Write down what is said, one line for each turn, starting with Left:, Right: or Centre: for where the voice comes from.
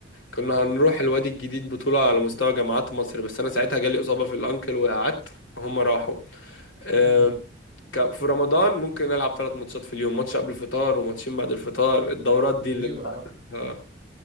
Left: كنا هنروح الوادي الجديد بطولة على مستوى جامعات مصر بس أنا ساعتها جالي إصابة في الأنكل وقعدت هما راحوا آه،
Right: أمم.
Left: كان في رمضان ممكن ألعب ثلاث ماتشات في اليوم ماتش قبل الفطار وماتشين بعد الفطار الدورات دي اللي
Right: ايوه
Left: انت
Right: آه.